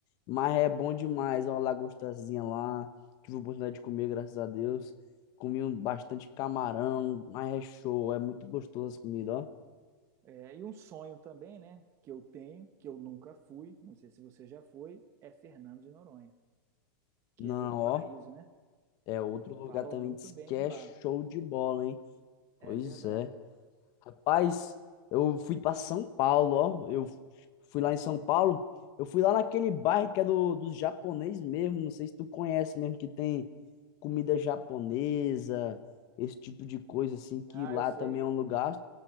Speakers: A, on the left; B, on the right.
A: Mas é bom demais, ó, a lagostazinha lá tive a oportunidade de comer, graças a Deus. Comi um- bastante camarão, mas é show, é muito gostoso essa comida, ó.
B: é, e um sonho também, né, que eu tenho, que eu nunca fui, não sei se você já foi, é Fernando de Noronha, que
A: Não,
B: é outro
A: ó,
B: paraíso, né?
A: é outro lugar
B: Falam
A: também,
B: muito
A: diz
B: bem
A: que
B: de
A: é
B: lá,
A: show de bola, hein?
B: é
A: Pois
B: verdade.
A: é. Rapaz, eu fui pra São Paulo, ó, eu fui lá em São Paulo, eu fui lá naquele bairro que é do, dos japonês mesmo, não sei se tu conhece mesmo, que tem comida japonesa, esse tipo de coisa, assim, que
B: Ah,
A: lá
B: eu sei.
A: também é um lugar